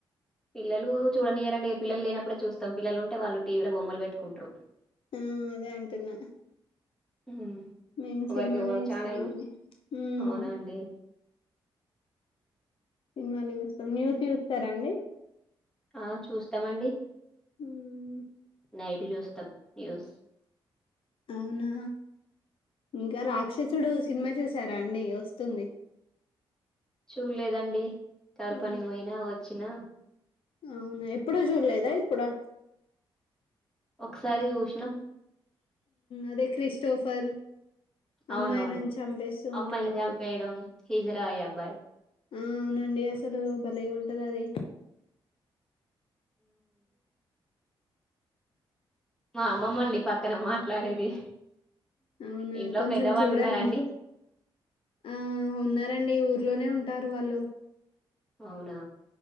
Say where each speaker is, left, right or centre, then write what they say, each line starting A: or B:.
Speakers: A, in the centre; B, on the left.
A: పిల్లలు చూడనియారండి పిల్లలు లేనపుడే చూస్తాం పిల్లలుంటే వాళ్ళు టీల బొమ్మలు పెట్టుకుంట్రు
B: మ్ అదే అంటున్న
A: ఉమ్
B: మేము
A: ఎవరికి
B: సినిమానే
A: ఓ
B: ఇస్తామండి
A: ఛానలు
B: మ్
A: అవునండి
B: సినిమాలు చూస్తాం న్యూస్ చూస్తారా అండి
A: ఆ చూస్తామండి
B: మ్
A: నైట్ చూస్తాం న్యూస్
B: అవునా ఇంకా రాక్షసుడు సినిమా చూసారా అండి వస్తుంది
A: చూలేదండి తరు
B: ఆ!
A: పని పోయినా వచ్చిన
B: అవునా ఎప్పుడుూ చూడలేదా ఇప్పుడు
A: ఒకసారి చూసినాం
B: అదే క్రిస్టోఫర్
A: అవునవును
B: అమ్మాయిలను చంపేస్తూ
A: అమ్మాయిలను
B: ఉంటాడు.
A: చంపేయడం హిజరాయ అబ్బాయి
B: ఆ అవునండి అసలు బలే ఉంట అదే
A: మా అమ్మమ్మండి పక్కన మాట్లాడేది
B: అవునా
A: ఇంట్లో
B: కొంచెం
A: పెద్దవాళ్ళు
B: చూడండి
A: ఉన్నారండి
B: ఆ ఉన్నా రండి ఊర్లోనే ఉంటారు వాళ్ళు
A: అవునా